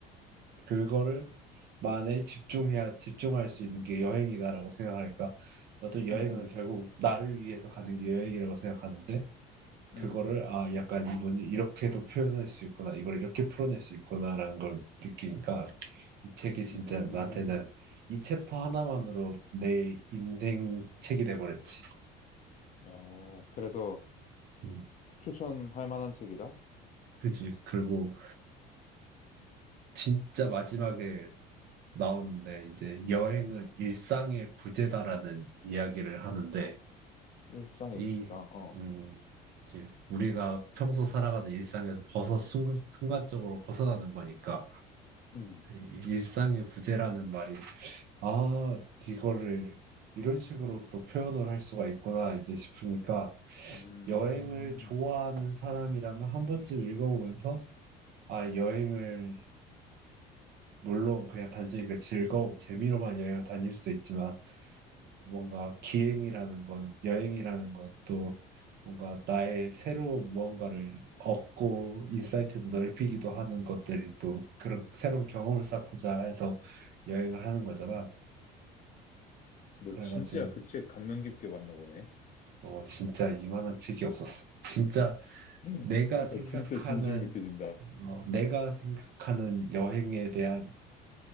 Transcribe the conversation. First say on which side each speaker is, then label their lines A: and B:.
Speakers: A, on the right; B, on the left.
A: 그거를 만에 집중해야 집중할 수 있는 게 여행이다라고 생각하니까 나도 여행은
B: 음, 음,
A: 결국 나를 위해서 가는 게 여행이라고 생각하는데 그거를
B: 음.
A: 아 약간 이분이 이렇게도 표현할 수 있구나 이걸 이렇게 풀어낼 수 있구나라는 걸 느끼니까 이 책이 진짜
B: 음.
A: 나한테는 이 챕터 하나만으로 내 인생 책이 돼버렸지.
B: 어, 그래서
A: 음,
B: 추천할 만한 책이다?
A: 그지. 그리고 진짜 마지막에 나오는데 이제 여행은 일상의 부재다라는 이야기를 하는데
B: 일상의
A: 이
B: 부채다. 어.
A: 음, 이제 우리가 평소 살아가는 일상에서 벗어 순, 순간적으로 벗어나는 거니까
B: 음.
A: 이 일상의 부재라는 말이 아 이거를 이런 식으로 또 표현을 할 수가 있구나 이제 싶으니까
B: 음.
A: 여행을 좋아하는 사람이라면 한 번쯤 읽어보면서, 아, 여행을, 물론 그냥 단순히 그 즐거움, 재미로만 여행을 다닐 수도 있지만, 뭔가 기행이라는 건, 여행이라는 건 또 뭔가 나의 새로운 무언가를 얻고, 인사이트도 넓히기도 하는 것들이 또 그런 새로운 경험을 쌓고자 해서 여행을 하는 거잖아.
B: 너
A: 그래가지고,
B: 진짜 그 책 감명 깊게 봤나 보네.
A: 어, 진짜 이만한 책이 없었어. 진짜
B: <laughs> 야,
A: 내가 생각하는
B: 진짜 진심이 느껴진다.
A: 어, 내가 생각하는 여행에 대한